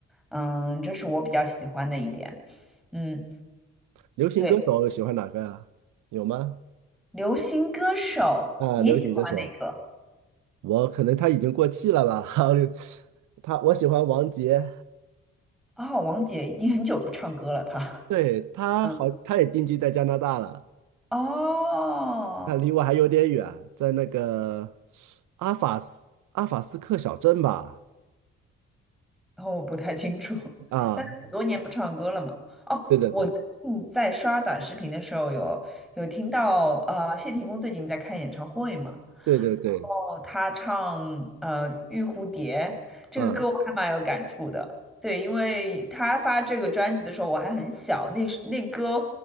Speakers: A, in the centre; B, on the right (about 80°).
A: 嗯，这是我比较喜欢的一点，嗯，
B: 流行歌手喜欢哪个啊？
A: 对，
B: 有吗？
A: 流行歌手你喜欢哪个？
B: 啊，流行歌手，我可能他已经过气了吧？<laughs> 他我喜欢王杰，
A: 哦，王姐已经很久不唱歌了，她，
B: 对，他好，
A: 嗯，
B: 他也定居在加拿大了，
A: 哦。
B: 那离我还有点远，在那个阿法斯阿法斯克小镇吧？
A: 然后我不太清楚，<laughs>
B: 啊，
A: 但是很多年不唱歌了嘛。哦，
B: 对对对
A: 我最近在刷短视频的时候有有听到，呃，谢霆锋最近在开演唱会嘛，
B: 对对对，
A: 哦，他唱呃《玉蝴蝶》这个歌，
B: 嗯，
A: 我还蛮有感触的。对，因为他发这个专辑的时候我还很小，那时那歌